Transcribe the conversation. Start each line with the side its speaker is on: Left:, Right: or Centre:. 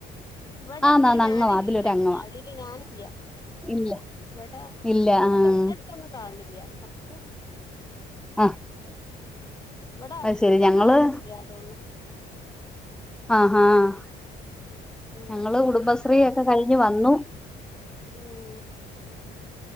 Left: ഇവിടെണ്ട്
Centre: ആന്നാന്ന്
Left: ഞാനില്ല
Centre: അംഗവാ അതിലൊരു അംഗവാ
Left: അതില് ഞാനില്ല
Centre: ഇല്ല
Left: ഇവിടെ
Centre: ഇല്ല
Left: ഇവിടെ
Centre: ആഹ്
Left: തൊട്ടടുത്തൊന്നും കാണണില്ല കുറച്ച്
Centre: ആഹ്
Left: ഇവിടെ അടുത്തുന്നൊന്നും
Centre: അത് ശരി ഞങ്ങള്
Left: ആരുല്ല തോന്നണു
Centre: ആഹ് ആഹ്
Left: ഉം
Centre: ഞങ്ങള് കുടുംബശ്രീ ഒക്കെ കഴിഞ്ഞ് വന്നു
Left: ഉം